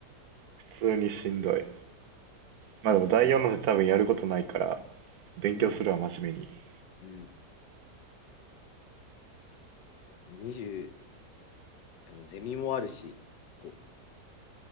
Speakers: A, on the right; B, on the left.
A: 普通にしんどい。まあでも第4ので多分やることないから、勉強するわ、
B: うん。
A: 真面目に。
B: うん。20、でもゼミもあるし、こう、